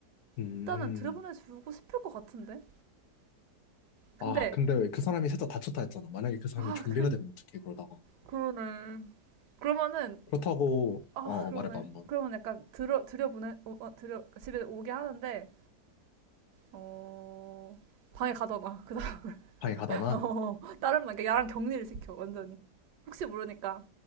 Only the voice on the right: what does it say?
일단은 들여보내주고 싶을 것 같은데. 근데
아,
그
그러네. 그러면은
아,
그러네.
그러면 약간 들여 들여보내 어, 어, 들여 집에 오게 하는데 어 방에 가둬놔. 그다
음 <laughs> 어, 다른 말 그러니까 야랑 격리를 시켜 완전히. 혹시 모르니까